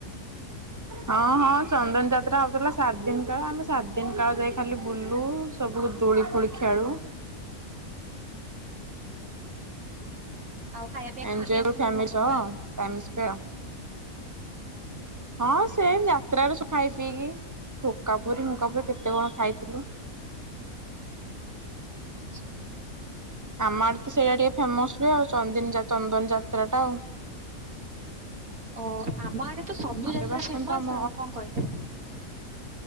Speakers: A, on the right; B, on the right.
A: ହଁ ହଁ ଚନ୍ଦନ ଯାତ୍ରା ହଉଥିଲା ସାତ ଦିନ କାଳ ଆମେ ସାତ ଦିନ କାଳ ଯାଇ ଖାଲି ବୁଲୁ ସବୁ ଦୋଳି ଫୁଳି ଖେଳୁ।
B: ଆଉ ଖାଇବା ପିଇବା
A: ଏନୋଜଏ
B: କରିକି ଆସନ୍ତି
A: କରୁ ଫ୍ୟାମିଲ
B: ଘରୁ
A: ସହ।
B: ନା
A: <unintelligible> ହଁ ସେ ଯାତ୍ରାରେ ସବୁ ଖାଇ ପିଇକି ଠୋକା ପୁରରି ନୁକା ପୁରୀ କେତେ କଣ ଖାଇଥିଲୁ।
B: ଆଛା।
A: ଆମର ତ ସେଇଟା ଟିକେ ଫେମସ ହୁହେ ଆଉ ଚନ୍ଦିନ ଚନ୍ଦନ ଯାତ୍ରା ଟା ଆଉ।
B: ଓ ଆମ ଆଡେ ତ ସବୁ
A: ଆଉ
B: ଯାତ୍ରା
A: କେବେ ଆସନ୍ତୁ
B: ଫେମସ
A: ଆମ
B: ଆଉ କଣ କହିବି?